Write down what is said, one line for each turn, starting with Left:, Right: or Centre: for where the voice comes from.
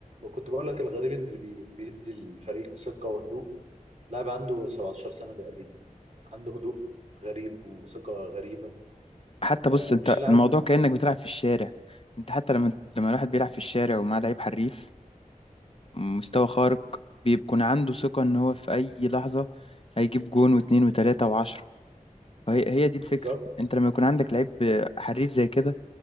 Right: كنت بقول لك الغريب ان اللي بي- بيدي الفريق ثقه وهدوء لاعب عنده 17 سنه تقريبا عنده هدوء غريب وثقه غريبه
Left: حتى بص
Right: آه
Left: انت
Right: مش لاعب
Left: الموضوع كأنك بتلعب في الشارع انت حتى لما لما الواحد بيلعب في الشارع ومعاه لعيب حريف مستوى خارق بيكون عنده ثقة ان هو في اي لحظة هيجيب جون واتنين وتلاتة وعشرة وهي هي دي الفكرة
Right: بالظبط
Left: انت لما يكون عندك لعيب حريف زي كده